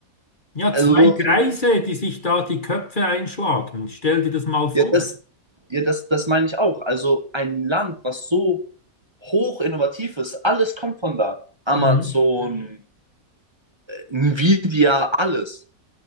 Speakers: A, on the left (about 35°); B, on the right (about 20°).
A: Ja,
B: Also,
A: zwei Greise, die sich da die Köpfe einschlagen. Stell dir das mal vor.
B: ja, das, ja, das, das meine ich auch. Also, ein Land, was so hoch innovativ ist, alles kommt von da. Amazon,
A: Mhm.
B: Nvidia, alles.